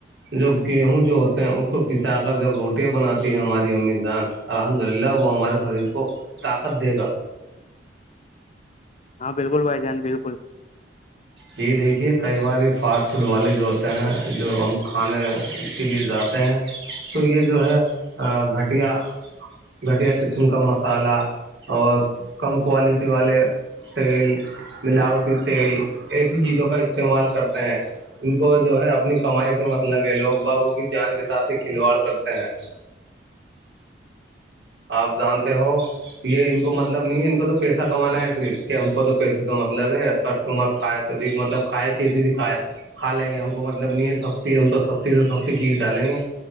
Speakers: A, on the right; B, on the left.
A: جو گیہوں جو ہوتا ہیں اس کو پسا کر جب روٹیاں بناتی ہے ہماری امی جان الحمد للہ وہ ہمارے خریر کو ک دے گا
B: ہاں بالکل بائی جان بالکل
A: یہ دیکھیے کئی بار یہ فاسٹ فوڈ والے جو ہوتے ہیں جو ہم کھانے کے لیے جاتے ہیں تو یہ جو ہے گھٹیا گٹیا کچن کا مسالہ اور کم کوالٹی والے تیل ملاوٹی تیل ایسی چیزوں کا استعمال کرتے ہیں ان کو جو ہے اپنی کمائی سے مطلب ہے لوگ باغوں کی جان کے ساتھ ہی کھلواڑ کرتے ہیں آپ جانتے ہو یہ ان کو مطلب نہیں ہے ان کو تو پیسہ کمانا ہے صرف کہ ہم کو تو پیسے تو مطلب ہے تمہار کائے تو ٹھیک مطلب کھائے کسی بھی کھائے کھا لیں گے ہم کو مطلب نہیں سستی ہم تو سستی سے سستی چیز ڈالیں گے